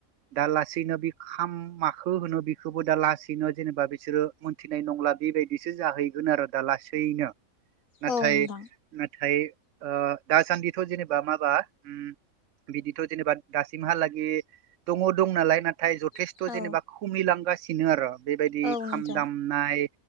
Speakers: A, on the right; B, on the left.
A: दा लासैनो बे खाम माखो होनो बे हबो दा लासैनो जेनेबा बिसोरो मोन्थिनाय नंला बेबायदिसो जाहैगोन आरो दा लासैनो नाथाय
B: औ नोंथां
A: नाथाय ओ दासान्दिथ' जेनेबा माबा उम बिदिथ' जेनेबा दासिमहालागै दङ दं नालाय नाथाय जथ जथेस्थ'
B: औ
A: जेनेबा खुमैलांगासिनो आरो बेबायदि
B: औ
A: खाम
B: नोंथां
A: दामनाय